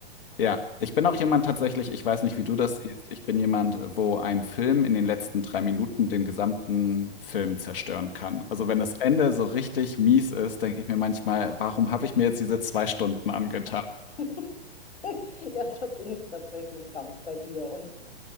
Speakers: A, on the left; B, on the left.
A: ja. Ich bin auch jemand tatsächlich, ich weiß nicht, wie du das
B: beeindruckend.
A: siehst, ich bin jemand, wo ein Film in den letzten drei Minuten den gesamten Film zerstören kann. Also wenn das Ende so richtig mies ist, denke ich mir manchmal, warum habe ich mir jetzt diese zwei Stunden angetan?
B: <laughs> Ja, da bin ich tatsächlich ganz bei dir. Und